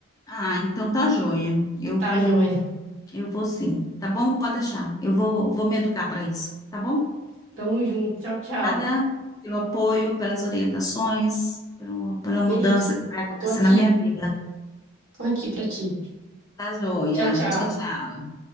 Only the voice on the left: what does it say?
Ah, então tá joia. Eu
vou.
Eu vou sim, tá bom? Pode deixar. Eu vou, vou me educar para isso, tá bom?
Nada pelo apoio, pelas orientações, pelo- pela mudança
que vai
acontecer
na minha vida.
Tá joia.
Tchau, tchau.